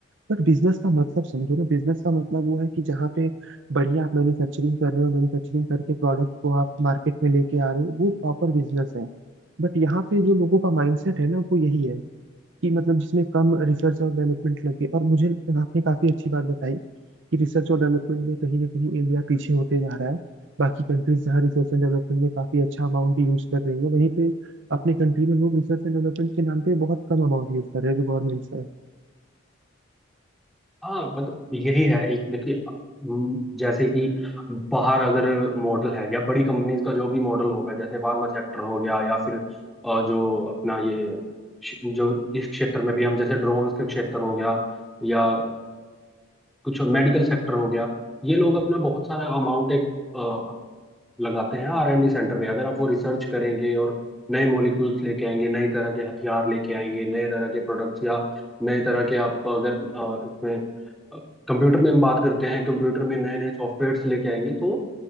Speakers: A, on the right; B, in the centre.
A: बट बिजनेस का मतलब समझो ना बिजनेस का मतलब वो है कि जहाँ पे बढ़िया आप मैन्युफैक्चरिंग कर रहे हो मैन्युफैक्चरिंग करके प्रोडक्ट को आप मार्केट में लेके आ रहे हो वो प्रॉपर बिजनेस है बट यहाँ पे जो लोगों का माइंडसेट है ना वो यही है कि मतलब जिसमें कम रिसर्च और डेवलपमेंट लगे और मुझे आपने काफी अच्छी बात बताई कि रिसर्च और डेवलपमेंट में कहीं ना कहीं इंडिया पीछे होते जा रहा है बाकी कंट्रीज जहाँ रिसर्च एंड डेवलपमेंट में काफी अच्छा अमाउंट यूज कर रही है वहीं पे अपने कंट्री में लोग रिसर्च एंड डेवलपमेंट के नाम पे बहुत कम अमाउंट यूज कर रहे हैं जो गवर्नमेंट से है
B: हाँ मतलब यही है एक देखिए अम, जैसे कि बाहर अगर मॉडल है या बड़ी कंपनीज का जो भी मॉडल होगा जैसे फार्मा सेक्टर हो गया या फिर अ, जो अपना ये श- जो इस क्षेत्र में भी हम जैसे ड्रोन्स के क्षेत्र हो गया या कुछ मेडिकल सेक्टर हो गया ये लोग अपना बहुत सारा अमाउंट एक अ, लगाते हैं आर एंड डी सेंटर पे अगर आप वो रिसर्च करेंगे और नए मॉलिक्यूल्स लेके आएंगे नई तरह के हथियार लेके आएंगे नए तरह के प्रोडक्ट्स या नए तरह के आप अगर अ, इसमें कंप्यूटर में हम बात करते हैं कंप्यूटर में नए नए सॉफ्टवेयर्स लेके आएंगे तो